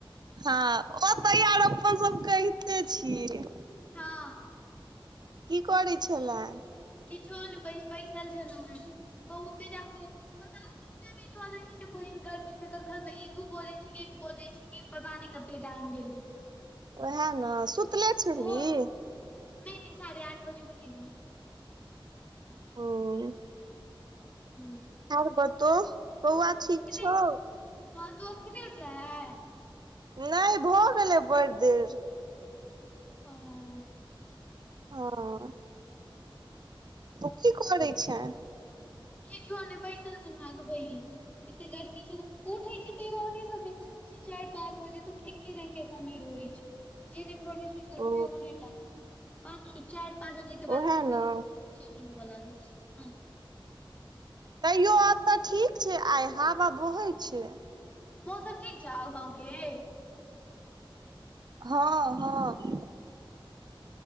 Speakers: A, on the right; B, on the left.
A: हँ ओ तऽ आर अपन सभ कहिते छियै।
B: हँ।
A: की करय छलैं।
B: किछो नय बहीन बैसल छलौ हें, बहुतेे जादे पता पते नय चलय छैय कि बहिन गर्मीमे कखन ई दू बजे छैय कि एक बजे छैय कि पता न कते टाइम भेले।
A: उएह ने सुतले छलही।
B: भोर नहि नहि साढ़े आठ बजे उठि गेलियै।
A: ओ।
B: हूँ।
A: और बतौ बौआ ठीक छौ।
B: नहि हँ तू अखन नहि उठल हें।
A: नहि भऽ गेलै बड़ देर।
B: अच्छा।
A: ह। तू की करै छैं।
B: कीछो नय बैसल छलहुँ आगे <unintelligible> एतऽ गर्मी छैय ने उठै छैय त ओहने समय चारि पाँच बजे तक एके रंगके समय रहय छैय जेहने भोरमे उठभी
A: ओ
B: ओहने टाइम पाँ चारि, पाँच बजे के बाद
A: ओएह
B: कनी-कनी
A: ने
B: कम हो सक चेंज होब लाग छैय, हँ।
A: तैयो आब तऽ ठीक छैय आइ हवा बहय छैय।
B: मौसम ठीक छौ गाँवके।
A: हँ- हँ।